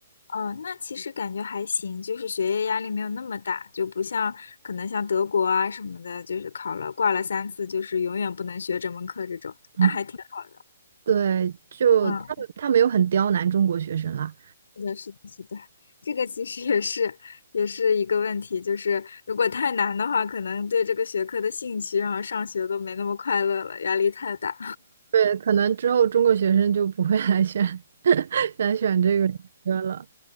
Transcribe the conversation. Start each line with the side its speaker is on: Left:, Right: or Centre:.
Left: 哦，那其实感觉还行，就是学业压力没有那么大，就不像可能像德国啊什么的，就是考了挂了三次，就是永远不能学这门课这种，
Right: 嗯。
Left: 那还挺好。
Right: 对，就他他没有很刁难中国学生啦。
Left: 嗯，是的，是的，是的，这个其实也是也是一个问题，就是如果太难的话，可能对这个学科的兴趣，然后上学都没那么快乐了，压力太大。
Right: 对，可能之后中国学生就不会来选 <laughs> 来选这个科了。